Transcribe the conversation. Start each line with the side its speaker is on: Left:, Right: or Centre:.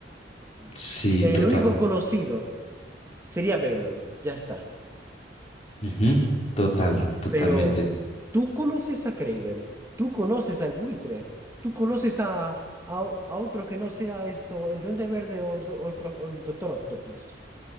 Left: Sí,
Right: El
Left: total.
Right: único conocido. Sería Venom, ya está.
Left: Ujú, Total, totalmente.
Right: Pero tú conoces a Craven, tú conoces al buitre, tú conoces a, a, a otro que no sea esto, el Duende Verde o el, do- o el pro- o el Doctor Octopus.